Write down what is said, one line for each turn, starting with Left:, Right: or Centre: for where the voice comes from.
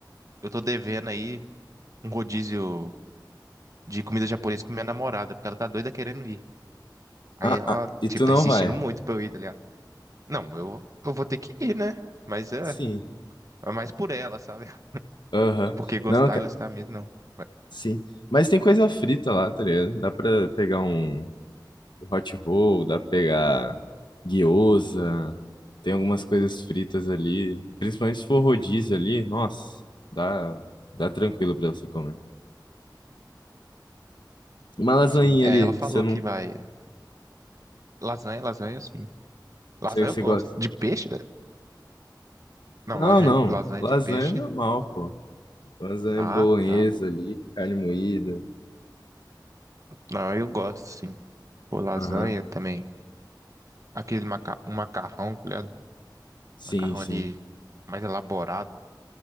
Right: eu tô devendo aí um rodízio de comida japonesa com minha namorada, porque ela tá doida querendo ir. Aí
Left: Ah,
Right: ela,
Left: ah, e
Right: tipo,
Left: tu
Right: tá
Left: não
Right: insistindo
Left: vai?
Right: muito pra eu ir, tá ligado? Não, eu, eu vou ter que ir, né? Mas é,
Left: Sim.
Right: é mais por ela, sabe?
Left: Aham.
Right: Porque gostar,
Left: Não, ca-
Right: gostar mesmo, não. Mas,
Left: sim. Mas tem coisa frita lá, tá ligado? Dá pra pegar um, o hot roll, dá pra pegar gyoza, tem algumas coisas fritas ali. Principalmente se for rodízio ali, nossa, dá, dá tranquilo pra você comer. Uma lasanha
Right: Sim, é,
Left: ali,
Right: ela falou
Left: você não,
Right: que vai. Lasanha, lasanha, sim. Lasanha
Left: você, você
Right: eu gosto.
Left: gosta?
Right: De peixe? Não,
Left: Não,
Right: lasanha,
Left: não,
Right: lasanha
Left: lasanha
Right: de peixe.
Left: é normal, pô. Lasanha
Right: Ah,
Left: bolonhesa
Right: tá.
Left: ali, carne moída.
Right: Não, eu gosto, sim. Pô, lasanha
Left: Aham,
Right: também. Aquele maca... um macarrão, tá ligado?
Left: Sim,
Right: Macarrão
Left: sim.
Right: ali mais elaborado.